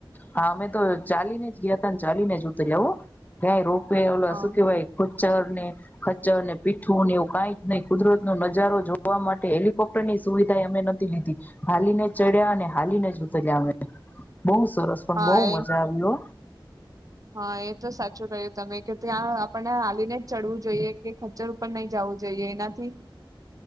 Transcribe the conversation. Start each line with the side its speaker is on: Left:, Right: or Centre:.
Left: હા, અમે તો ચાલીને જ ગયાતા ને ચાલીને જ ઉતરયા હો ક્યાંય રો ને ઓલો
Right: હા
Left: શું કેવાય, એક પૂચ્ ચરને ખચ્ચર ને પીઠુંને એવું કાઈ જ નહી કુદરત નો નજારો જોવા માટે હેલિકોપ્ટર ની સુવિધા અમે નથી લીધી હાલીને જ ચડ્યા અને હાલીને જ ઉતર્યા અમે તો બહ સર પણ
Right: હા
Left: બહુ
Right: એ
Left: મજા આવી હો
Right: હા, એ તો સાચું કર્યું તમે કે ત્યાં આપણને હાલીને જ ચડવું જોઈએ કે ખચ્ચર ઉપર નહી જાવું જોઈએ એનાથી